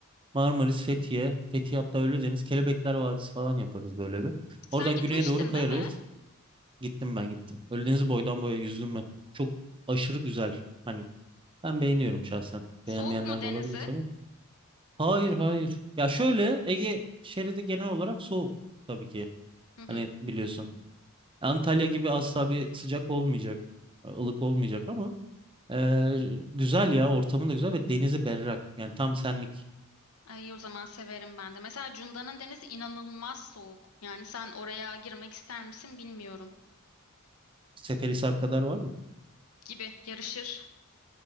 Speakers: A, on the right; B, on the left.
A: Marmaris, Fethiye, Fethiye hatta Ölüdeniz, Kelebekler Vadisi falan yaparız böyle bir.
B: Sen
A: Oradan
B: gitmiştin
A: güneye doğru kayarız.
B: değil mi?
A: Gittim ben gittim. Ölüdeniz'i boydan boya yüzdüm ben. Çok aşırı güzel. Hani ben beğeniyorum şahsen.
B: Soğuk
A: Beğenmeyenler
B: mu denizi?
A: de olabilir tabii. Hayır hayır. Ya şöyle Ege şeridi genel olarak soğuk tabii ki.
B: Hı hı.
A: Hani biliyorsun. Antalya gibi asla bir sıcak olmayacak. e, ılık olmayacak ama e, güzel ya ortamı da güzel ve denizi berrak. Yani tam senlik.
B: Ay, iyi o zaman severim ben de. Mesela Cunda'nın denizi inanılmaz soğuk. Yani sen oraya girmek ister misin bilmiyorum.
A: Seferihisar kadar var mı?
B: Gibi yarışır.